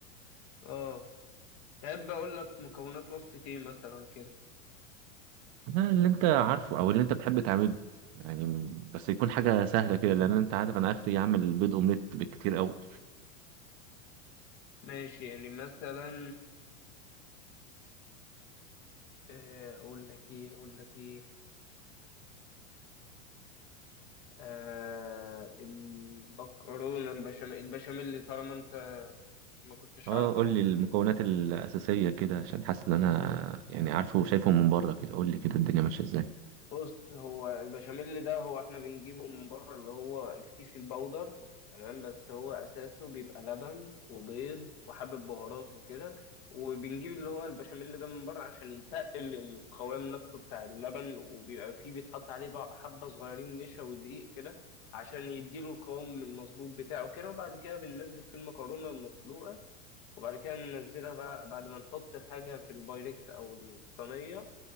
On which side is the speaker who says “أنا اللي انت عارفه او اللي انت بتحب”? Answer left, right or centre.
Right